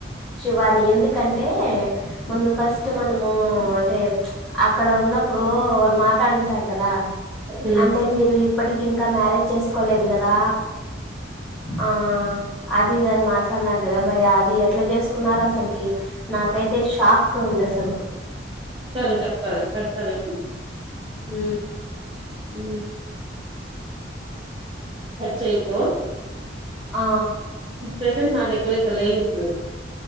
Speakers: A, in the centre; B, on the right.
A: శివాని ఎందుకంటే ముందు ఫస్ట్ మనము అంటే అక్కడ ఉన్నప్పుడు వాళ్ళు మాట్లాడింటారు కదా
B: ఉమ్
A: అంటే మీరు ఇ ఇప్పటికి ఇంకా మ్యారేజ్ చేసుకోలేదు కదా ఆ అది ఇది అని మాట్లాడినారు కదా మరి అది ఎట్లా చేసుకున్నారో అసలుకి నాకైతే షాక్ ఉంది అసలుకు
B: సరే చెప్తాలే పెడతాలే
A: ఉ
B: ఉ కట్ చేయకు
A: ఆ
B: ప్రెసెంట్ నా దగ్గర అయితే లేదు ఇప్పుడు